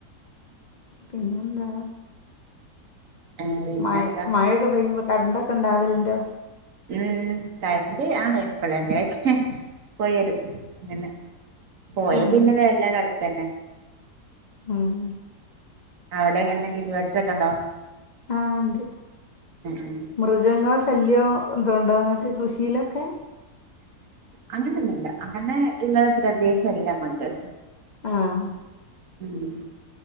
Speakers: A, on the left; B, on the right.
A: പിന്നെന്താ
B: ഏഹ് പിന്നെന്താ
A: മഴ മഴയൊക്കെ പെയ്യുമ്പോ കറണ്ട്ൊക്കെ ഇണ്ടാവലണ്ടോ?
B: ഉം കറണ്ട് ആ എപ്പോഴെങ്കിലുമൊക്കെ പോയി വരും അങ്ങനെ പോയ
A: ഉം
B: പിന്നെ വെരല് കണക്കന്നെ.
A: ഉം
B: അവിടെ എങ്ങനെ ഇൻവേർട്ടർ ഒക്കെ ഉണ്ടോ
A: ആഹ ഉണ്ട്
B: ഉം
A: മൃഗങ്ങളെ ശല്യോ എതുണ്ടോ ങ്ങൾക്ക്. കൃഷിയിലൊക്കെ
B: അങ്ങനൊന്നുല്ല അങ്ങനെ എല്ലാ പ്രദേശോ ഇല്ലമ്മക്ക്
A: ആഹ്
B: ഉം